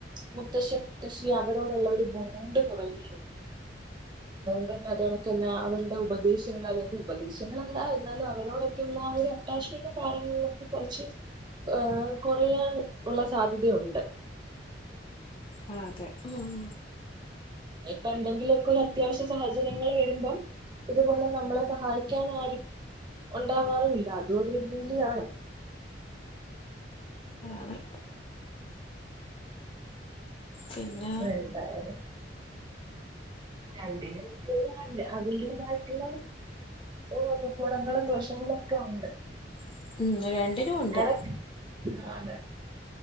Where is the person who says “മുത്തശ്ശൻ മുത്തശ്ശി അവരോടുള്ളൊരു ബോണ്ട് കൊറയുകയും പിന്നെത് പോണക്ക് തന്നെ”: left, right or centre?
Right